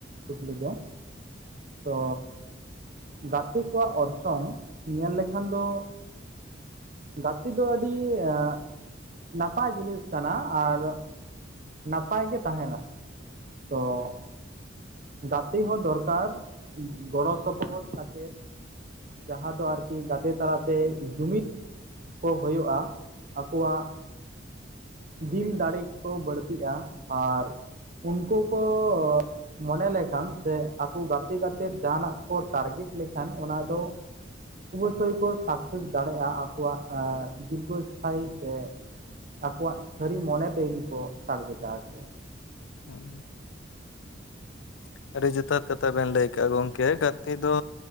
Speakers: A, on the right; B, on the left.
A: ᱴᱩᱠᱞᱤ ᱫᱚ ᱛᱚᱻ ᱜᱟᱛᱮ ᱠᱚᱣᱟᱜ ᱚᱨᱥᱚᱝ ᱧᱮᱞ ᱞᱮᱠᱷᱟᱱ ᱫᱚ ᱜᱟᱛᱮ ᱫᱚ ᱟᱹᱰᱤ ᱟᱜ ᱱᱟᱯᱟᱭ ᱡᱤᱱᱤᱥ ᱠᱟᱱᱟ ᱟᱨ ᱱᱟᱯᱟᱭ ᱜᱮ ᱛᱟᱦᱮᱱᱟ᱾ ᱛᱚ ᱜᱟᱛᱮ ᱦᱚᱸ ᱫᱚᱨᱠᱟᱨ ᱜᱚᱲᱚ ᱥᱚᱯᱚᱦᱚᱫ ᱠᱟᱛᱮᱫ ᱡᱟᱦᱟᱸ ᱫᱚ ᱟᱨᱠᱤ ᱜᱟᱛᱮ ᱛᱟᱞᱟᱛᱮ ᱡᱩᱢᱤᱫ ᱠᱚ ᱦᱩᱭᱩᱜᱼᱟ ᱟᱠᱚᱣᱟᱜ ᱫᱤᱱ ᱫᱟᱲᱮᱠᱚ ᱵᱟᱹᱲᱛᱤᱜᱼᱟ ᱟᱨ ᱩᱱᱠᱩ ᱠᱚᱻ ᱢᱚᱱᱮ ᱞᱮᱠᱷᱟᱱ ᱥᱮ ᱟᱠᱚ ᱜᱟᱛᱮ ᱜᱟᱛᱮ ᱡᱟᱦᱟᱱᱟᱜ ᱠᱚ ᱴᱟᱨᱜᱮᱴ ᱞᱮᱠᱷᱟᱱ ᱚᱱᱟ ᱫᱚ ᱚᱵᱚᱥᱥᱳᱭ <unintelligible> ᱠᱚ ᱥᱟᱠᱥᱮᱥ <unintelligible> ᱫᱟᱲᱮᱭᱟᱜᱼᱟ ᱟᱠᱚᱣᱟᱜ ᱫᱤᱨᱜᱚ ᱤᱥᱛᱷᱟᱭᱤ <unintelligible> ᱛᱮ᱾ ᱟᱠᱚᱣᱟᱜ ᱥᱟᱹᱨᱤ ᱢᱚᱱᱮ ᱛᱮ ᱡᱩᱫᱤ ᱠᱚ ᱴᱟᱨᱜᱮᱴᱟ <unintelligible> ᱟᱨᱠᱤ᱾
B: ᱦᱩᱸ <inaudible> ᱟᱹᱰᱤ ᱡᱚᱛᱷᱟᱛ ᱠᱟᱛᱷᱟ ᱵᱮᱱ ᱞᱟᱹᱭ ᱠᱟᱜᱼᱟ ᱜᱚᱢᱠᱮ ᱜᱟᱛᱮ ᱫᱚ